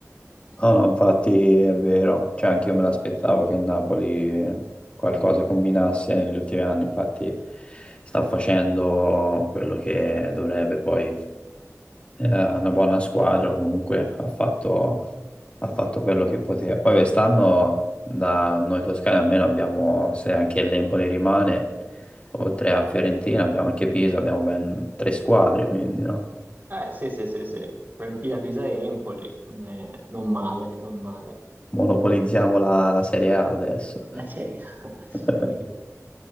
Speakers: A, on the left; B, on the right.
A: No, no, infatti
B: E-
A: è vero, cioè anche io me l'aspettavo che il Napoli qualcosa combinasse negli ultimi anni, infatti sta facendo quello che dovrebbe poi. È una buona squadra comunque, ha fatto, ha fatto quello che poteva. Poi quest'anno da noi toscani almeno abbiamo, se anche l'Empoli rimane, oltre a Fiorentina abbiamo anche Pisa, abbiamo ben tre squadre, quindi no?
B: Eh, sì, sì, sì, sì. Fiorentina, Pisa e Empoli. Mm, eh, non male, non male.
A: Monopolizziamo la, la Serie A adesso.
B: <laughs> La Serie A, <laughs> sì.
A: <laughs>